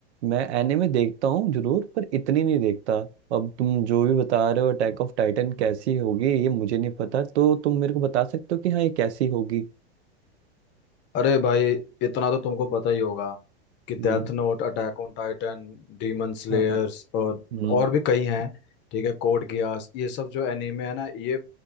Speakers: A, on the right; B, on the left.
A: मैं एनिमे देखता हूँ जरूर पर इतनी नहीं देखता अब तुम जो भी बता रहे हो अटैक ऑफ टाइटन कैसी होगी ये मुझे नहीं पता तो तुम मेरे को बता सकते हो कि हाँ ये कैसी होगी
B: अरे भाई इतना तो तुमको पता ही होगा कि Death
A: हम्म
B: Note Attack on Titan Demon Slayers
A: हाँ
B: और
A: हम्म
B: और भी कई हैं ठीक है कोड गियास ये सब जो एनीमे है ना ये